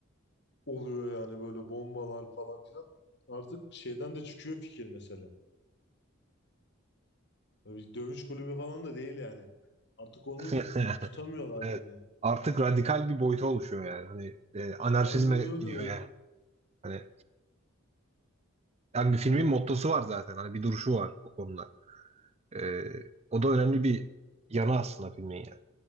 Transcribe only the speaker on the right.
<laughs>
Evet.
Artık radikal bir boyuta oluşuyor yani. Hani e, anarşizme
gidiyor
yani. Hani yani
bir filmin mottosu var zaten. Hani bir duruşu var o konuda. Ee, o da önemli bir yanı aslında filmin yani.